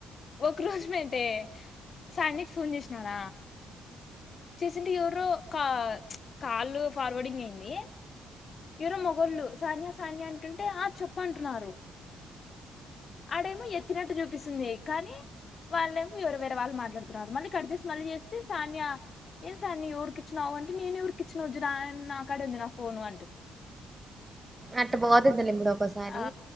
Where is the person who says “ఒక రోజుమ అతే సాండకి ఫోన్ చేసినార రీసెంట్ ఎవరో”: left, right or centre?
Left